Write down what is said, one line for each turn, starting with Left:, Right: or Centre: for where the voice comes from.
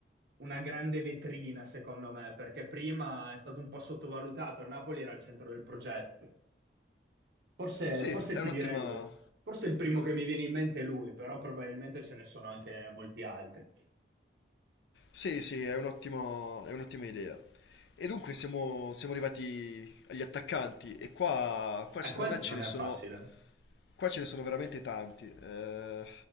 Right: una grande vetrina, secondo me, perché prima è stato un po' sottovalutato, a Napoli era al centro del progetto. Forse,
Left: Sì,
Right: forse
Left: è
Right: ti
Left: un'ottima...
Right: direi lui. Forse il primo che mi viene in mente è lui, però probabilmente ce ne sono anche molti altri.
Left: Sì, sì, è un'ottima è un'ottima idea. E dunque siamo, siamo arrivati agli attaccanti e qua, qua secondo
Right: E qua non
Left: me ce ne
Right: è
Left: sono
Right: facile.
Left: Qua ce ne sono veramente tanti. eh,